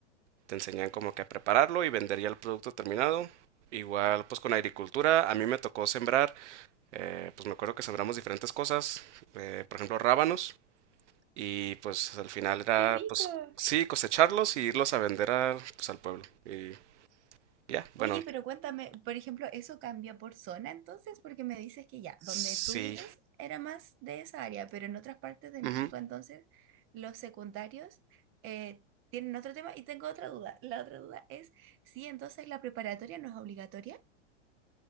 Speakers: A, on the right; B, on the right.
A: te enseñan como que a prepararlo y vender ya el producto terminado. Igual, pues con agricultura, a mí me tocó sembrar, eh, pues me acuerdo que sembramos diferentes cosas, eh, por ejemplo, rábanos, y pues al final era,
B: qué rico.
A: pues sí, cosecharlos y irlos a vender a, pues, al pueblo. Y ya, bueno,
B: Oye, pero cuéntame, por ejemplo, ¿eso cambia por zona entonces? Porque me dices que ya,
A: sí.
B: donde tú vives era más de esa área, pero en otras partes de México
A: Ujú.
B: entonces los secundarios eh, tienen otro tema. Y tengo otra duda. La otra duda es sí, entonces la preparatoria no es obligatoria.